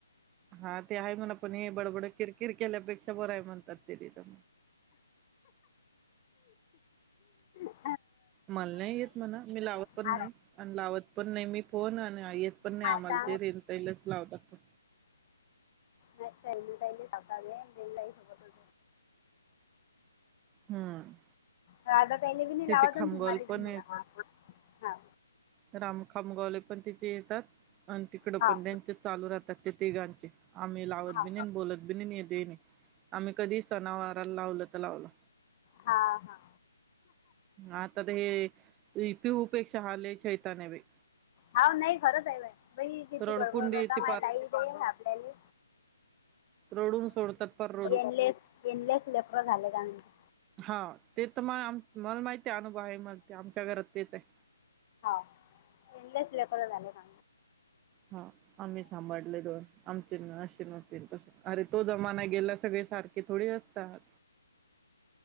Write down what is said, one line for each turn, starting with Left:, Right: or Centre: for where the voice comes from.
Right: हा ते आहे म्हण आपण हे बडबड किरकिर केल्यापेक्षा बरं आहे म्हणतात ते तिथं.
Left: ह
Right: मला नाही येत म्हणा मी लावत पण
Left: आ-
Right: नाही आणि लावत पण नाही मी फोन येत पण नाही
Left: आता
Right: आम्हाला
Left: आता
Right: ते रेन तईलच लावता पण
Left: ह चली टहिली सका ग स
Right: हम्म
Left: राधा ताई ना पण बी नाही
Right: त्याचे
Left: लावत
Right: खामगावले
Left: ना तुम्हाला बी
Right: पण
Left: नाही लावत हा
Right: रामखामगावले पण तिथे येतात आणि तिकड पण
Left: हां
Right: बँकेत त्यांचे चालू राहतात ते तिघांचे आम्ही लावत
Left: हां
Right: बि नाही बोलत बि नाही देणे आम्ही कधी सणावारला लावलं तर लावलं
Left: हां हां
Right: आता ते हे पिहू पेक्षा हा शैताने बे
Left: हा नाही खरंच आहे बाइ किची
Right: रडकुंडी
Left: बळबळ कर का
Right: ते
Left: माझताई सापड्याली
Right: रोडून सोडतात डू
Left: एनलेस एनलेस लेकरं झाले का म्हणते
Right: हा ते तर मग आम मला माहिती आहे अनुभव आहे मला ते आमच्या घरात तेच आहे
Left: यांना चं लेकरं झाले ना
Right: हा आम्ही सांभाळले दोन आमचे असे नव्हते तसे अरे तो जमाना गेला. सगळे सारखे थोडे असतात